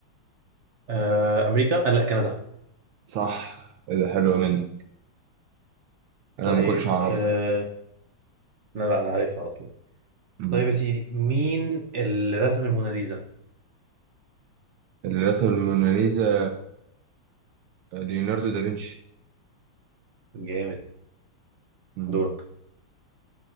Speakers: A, on the right; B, on the right.
A: آه أمريكا؟ آه لا كندا
B: صح إيه ده حلو منك انا
A: طيب
B: ما كنتش اعرفه
A: آه لا لا أنا عارفها أصلا
B: مم.
A: طيب يا سيدي مين اللي رسم الموناليزا؟
B: اللي رسم الموناليزا ليوناردو دافنشي
A: جامد
B: مم.
A: دورك